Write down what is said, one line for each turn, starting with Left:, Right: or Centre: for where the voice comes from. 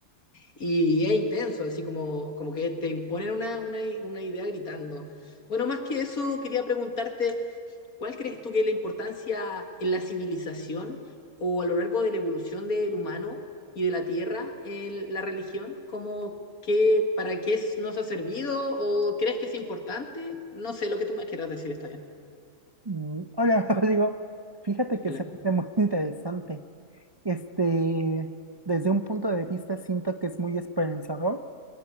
Left: y es intenso, así como, como que te imponen una, una, una idea gritando. Bueno, más que eso, quería preguntarte, ¿cuál crees tú que es la importancia en la civilización o a lo largo de la evolución del humano y de la tierra en la religión? ¿Cómo, qué, para qué es- nos ha servido o crees que es importante? No sé, lo que tú me quieras decir está bien.
Right: Mm, Hola, <laughs> Rodrigo. Fíjate que
Left: Hola.
Right: se me hace muy interesante. Este, desde un punto de vista, siento que es muy esperanzador